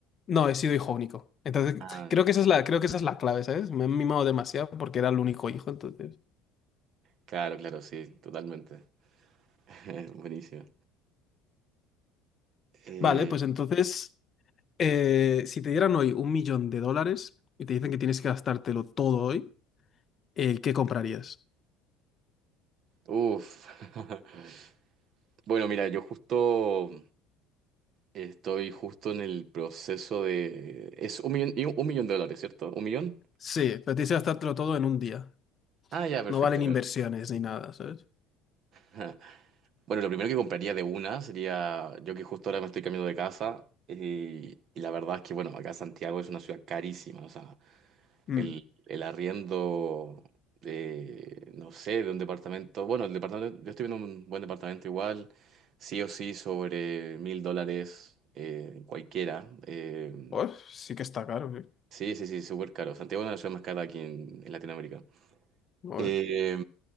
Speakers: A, on the left (about 35°); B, on the right (about 45°).
A: No, he sido hijo único. Entonces,
B: Ah,
A: creo que esa es la, creo que esa es la clave, ¿sabes? Me han mimado demasiado porque era el único hijo, entonces.
B: claro, claro, sí, totalmente. <laughs> Buenísimo. Eh,
A: Vale, pues entonces, eh, si te dieran hoy un millón de dólares y te dicen que tienes que gastártelo todo hoy, eh, ¿qué comprarías?
B: uf. <laughs> Bueno, mira, yo justo estoy justo en el proceso de... Es un millón, y un, un millón de dólares, ¿cierto? ¿Un millón?
A: Sí, pero tienes que gastártelo todo en un día.
B: Ah, ya, perfecto.
A: No valen inversiones
B: Bueno.
A: ni nada, ¿sabes?
B: Ajá. Bueno, lo primero que compraría de una sería, yo que justo ahora me estoy cambiando de casa, eh, y la verdad es que, bueno, acá Santiago es una ciudad carísima, o sea,
A: Mm.
B: el, el arriendo de, no sé, de un departamento. Bueno, el departamento, yo estoy viendo un buen departamento igual, sí o sí, sobre mil dólares eh, cualquiera. Eh,
A: Pues sí que está caro, sí.
B: sí, sí, sí, súper caro. Santiago es una de las ciudades más caras aquí en, en Latinoamérica.
A: Joder.
B: Eh,